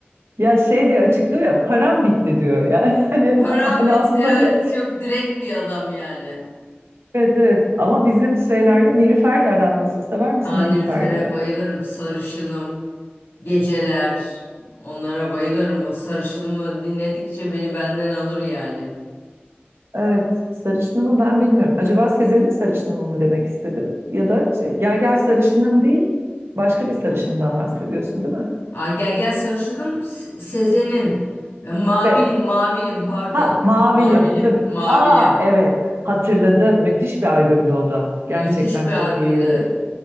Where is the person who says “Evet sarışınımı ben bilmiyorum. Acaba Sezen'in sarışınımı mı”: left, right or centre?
Right